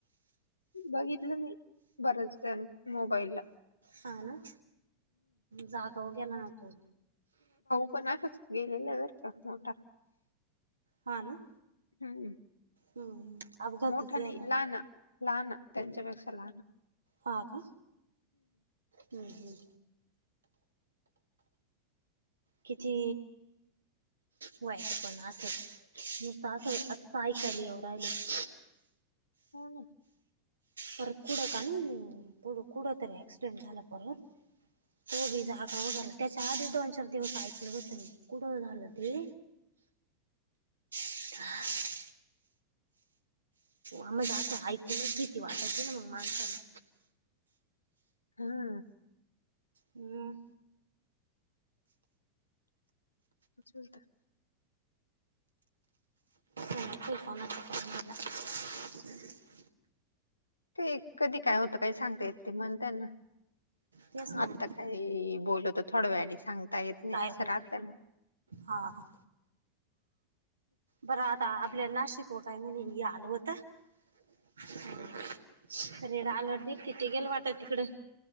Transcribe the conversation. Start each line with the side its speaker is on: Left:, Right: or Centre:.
Left: बघितलं मी बरच मोबाईल ला
Right: हा ना जागा व गेला ना तो
Left: कोणासच गेलेल्या बर का मोठा.
Right: हा ना.
Left: हम्म
Right: हम्म अपघातीच
Left: मोठ
Right: यायला
Left: नई
Right: ना
Left: लान लहान, त्यांच्यापेक्षा लहान.
Right: हा का? हम्म हम्म. किती व्हायचं पण असं, नुसतं असं
Left: हम्म
Right: असं सायकल येऊ राहिले.
Left: हो ना.
Right: परत कुडं कन कुडं कुंडतरी ऍक्सिडेंट झालं परत. तोबी जागा व झाल त्याच्या आधी दोन चार दिवस ऐकलं होतं मी, कुठं झालं ते. <unintelligible> आ मज अस ऐकूनच भीती वाटायची ना मग माणसाना.
Left: हा.
Right: हम्म.
Left: <unintelligible>
Right: <unintelligible>
Left: ते कधी काय होतं काही सांगता येत नई म्हण त्यांना.
Right: तेच ना
Left: आत्ता
Right: मग
Left: काय ते बोलतो थोड्या वेळाने सांगता येत नाही
Right: काय
Left: असं
Right: होईल
Left: राहतं ना.
Right: हा हा. बरं आता आपल्या नाशिकव काय म्हने, हे आलं होतं. हम्म रेड अलर्ट दिलती, ते गेलं वाटत तिकडं.